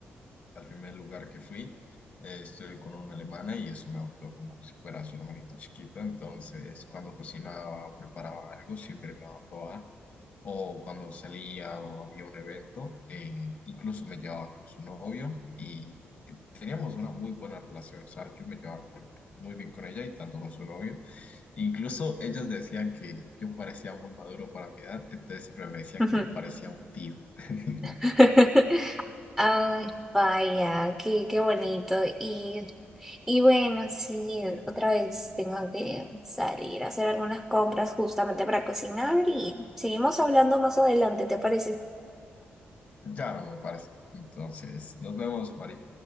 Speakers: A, on the left; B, in the centre.
A: al primer lugar que fui, eh, estuve con una alemana y eso me adoptó como si fuera su hermanito chiquito. Entonces, cuando cocinaba o preparaba algo, siempre me daba a probar. O cuando salía o había un evento, eh, incluso me llevaba con su novio y teníamos una muy buena relación. O sea, yo me llevaba con- muy bien con ella y tanto con su novio. Incluso ellos decían que yo parecía muy maduro para mi edad, entonces siempre me decían
B: Ujú.
A: que yo parecía un tío. <laughs>
B: <laughs> Ay, vaya, qué, qué bonito. Y, y bueno, sí, otra vez tengo que salir a hacer algunas compras justamente para cocinar y seguimos hablando más adelante, ¿te parece?
A: Claro, me parece. Entonces, nos vemos, Mari.